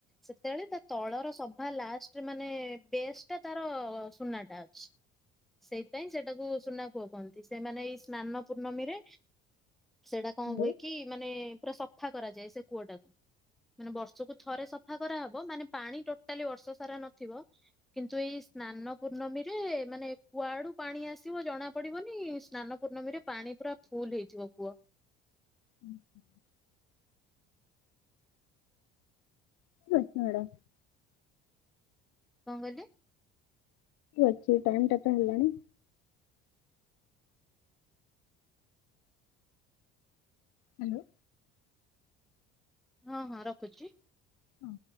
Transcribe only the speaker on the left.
ହ୍ୟାଲୋ।
ହୁଁ। <unintelligible>
ଅଛି ଟାଇମ ଟାଇମ ତ ହେଲାଣି। ହ୍ୟାଲୋ।
ହଁ।